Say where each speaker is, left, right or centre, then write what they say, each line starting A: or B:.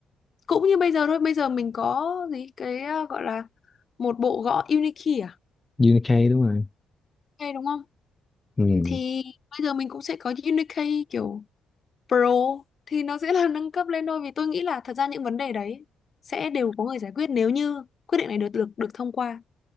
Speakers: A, on the left; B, on the left.
A: cũng như bây giờ thôi bây giờ mình có gì cái à, gọi là một bộ gõ Unikey à
B: Unicode đúng rồi
A: hay đúng không
B: ừ,
A: thì bây giờ mình cũng sẽ có Unikey kiểu Pro thì nó sẽ <laughs> là nâng cấp lên thôi vì tôi nghĩ là thật ra những vấn đề đấy sẽ đều có người giải quyết nếu như quyết định này được được được thông qua